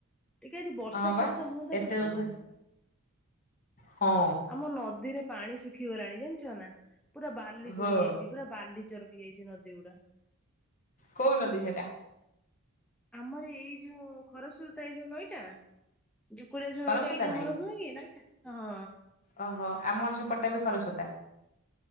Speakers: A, in the centre; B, on the left.
A: ଟିକେ ଯଦି ବର୍ଷା
B: ହଁ ବା
A: ଫର୍ଷା ହୁଅନ୍ତା,
B: ଏତେ
A: ଟିକେ
B: ଜୋରସେ
A: ଭଲ ହୁଅନ୍ତା।
B: ହଁ।
A: ଆଉ ନଦୀରେ ପାଣି ଶୁଖିଗଲାଣି ଜାଣିଛ ନା। ପୁରା ବାଲି ପଡିଯାଇଛି
B: ହଁ
A: ପୁରା ବାଲିଚରକି ଯାଇଛି ନଦୀ ଗୁଡା।
B: କୋଉ ନଦୀ ସେଇଟା?
A: ଆମର ଏଇ ଯୋଉ, ଖରସୁରତା ଏଇ ଯୋଉ ନଈଟା। ଦୁକୁଡ଼ା ଯୋଉ
B: ଖରସ୍ରୋତା
A: ନଈଟା ଏଇଟା
B: ନାଇଁ
A: ଆମର ନୁହେଁ କି ନଈଟା ହଁ।
B: ଓହୋ, ଆମର ସେପଟ ଟା ବି ଖରସୋତା।